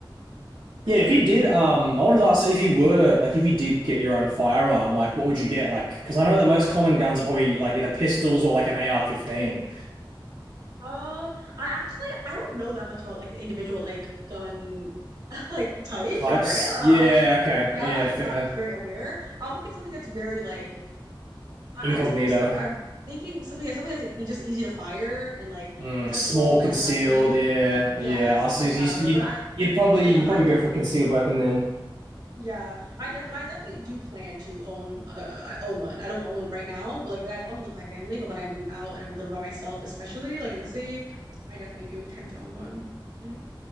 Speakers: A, on the right (about 50°); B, on the right (about 65°).
A: for
B: Yeah,
A: sure.
B: if you did, um, I wanted to ask if you were, like, if you did get your own firearm, like, what would you get? Like, because I know the most common guns are probably, like, either pistols or, like, an AR-15
A: Um, I actually I don't know that much about like the individual like gun <laughs> like types
B: types.
A: like brands. I'm,
B: Yeah,
A: I'm like
B: okay.
A: yeah,
B: Yeah,
A: I'm actually
B: fair.
A: not very aware. I would get something that's very like I,
B: Incognito.
A: I guess a pistol. I'm thinking something that's something that's e- just easy to fire and like
B: Mm,
A: accessible,
B: small concealed.
A: like lightweight.
B: Yeah,
A: Yeah,
B: yeah.
A: something
B: I see.
A: like that. Or
B: you'd
A: but I
B: you'd probably
A: yeah,
B: you'd probably
A: I definitely
B: go for a concealed weapon then.
A: yeah, I def but I definitely do plan to own uh I own one. I don't own one right now, but like I also live with my family, but when I move out and I'm living by myself, especially like in the city, I definitely do intend to own one. hmm